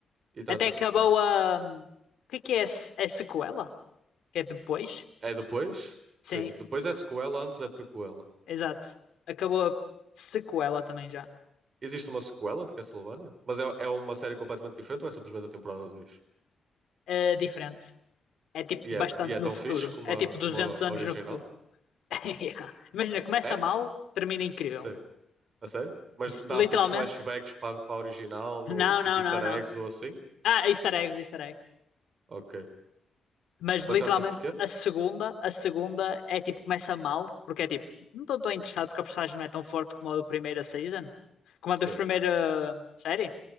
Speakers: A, on the right; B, on the left.
A: E trata-se
B: Até acabou
A: de quê?
B: a. hum, O que é que é? a se- a sequela? Que é depois?
A: É depois?
B: Sim.
A: Sim, depois é sequela, antes é prequela.
B: Exato. Acabou a sequela também já.
A: Existe uma sequela de Castlevania? Mas é, é uma série completamente diferente ou é simplesmente a temporada 2?
B: É diferente. É tipo
A: E é,
B: bastante
A: e é
B: no
A: tão
B: futuro.
A: fixe como
B: É
A: a,
B: tipo
A: como
B: 200
A: a
B: anos
A: original?
B: no futuro. <laughs> Yeah. Imagina, começa
A: É?
B: mal, termina incrível.
A: Sim. A sério? Mas
B: S-
A: dá
B: Literalmente.
A: tipo flashbacks para, para a original
B: Não,
A: ou tipo
B: não,
A: easter
B: não, não.
A: eggs ou assim?
B: Ah, easter eggs, easter eggs.
A: Ok.
B: Mas literalmente
A: Mas trata-se de quê?
B: a segunda, a segunda é tipo começa mal, porque é tipo, não estou tão interessado porque a personagem não é tão forte como a do primeira season, como
A: Sim.
B: a dos primeira série.